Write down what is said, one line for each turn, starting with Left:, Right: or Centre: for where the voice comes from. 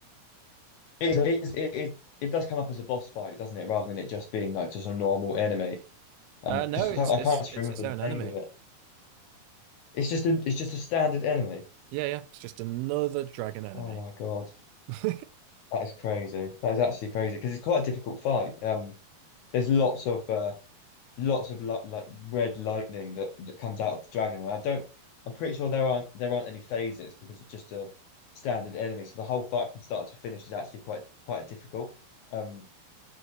Left: it it is, it is it does come up as a boss fight, doesn't it? Rather than it just being like just a normal enemy. Um,
Right: Uh,
Left: because
Right: no, it's
Left: I can't, I
Right: it's
Left: can't actually
Right: it's
Left: remember
Right: its own
Left: the
Right: enemy.
Left: name of it. It's just a it's just a standard enemy.
Right: Yeah, yeah, it's just another dragon enemy.
Left: Oh my God,
Right: <laughs>
Left: that is crazy. That is actually crazy because it's quite a difficult fight. Um, there's lots of uh, lots of li like red lightning that that comes out of the dragon, and I don't. I'm pretty sure there aren't there aren't any phases because it's just a standard enemy. So the whole fight from start to finish is actually quite quite difficult. Um,